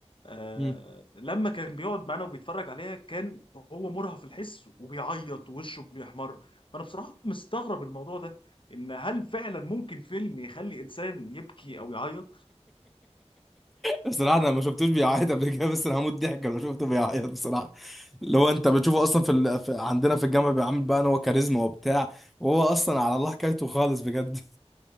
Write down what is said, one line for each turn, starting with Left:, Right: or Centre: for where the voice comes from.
Left: آه،
Centre: مم.
Left: لما كان بيقعد معانا وبيتفرج عليها كان هو مرهف في الحس وبيعيط ووشه بيحمر فانا بصراحه مستغرب الموضوع ده ان هل فعلا ممكن فيلم يخلي انسان يبكي او يعيط
Centre: بصراحه انا ما شفتوش بيعيط قبل كده بس انا هموت ضحك لو شفته بيعيط بصراحه اللي هو انت بتشوفه اصلا في, ال... في عندنا في الجامعه بيعمل بقى ان هو كاريزما وبتاع وهو اصلا على الله حكايته خالص بجد <laughs>